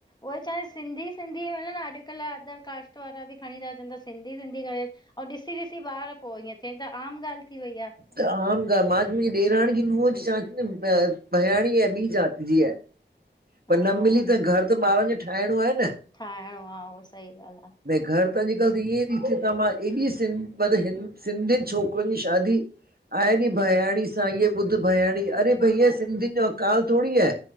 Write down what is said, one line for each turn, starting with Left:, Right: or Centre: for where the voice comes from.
Left: उओ ही चवां सिंधी-सिंधी मिल न। अॼु-कल्ह अदर कास्ट वारा बि खणी था अचनि त सिंधी-सिंधी करे अऊं ॾिसी-ॾिसी ॿार पोइ ईअ थींता, आम ॻाल थी वई आ।
Right: त आम ॻा मा, मुंजी ॾेराणींअ जी नूहं चंया ती न भयाणी ऐं ॿी जात जी आहे। पर
Left: हा
Right: न मिली त, घर त ॿारन जो ठाहिणो आहे न।
Left: ठाहिणो आहे, उहा सही ॻाल्ह आ।
Right: भई घर त अॼु-कल्ह त ईअं ई ॾि थए त मां एॾी सिं मतलब हिन सिंधियुनि छोकरुनि जी शादी आहे नी भयाणी सां, इए ॿुध भयाणी। अरे भईया, सिंधियुन जो अकाल थोडी़ आहे।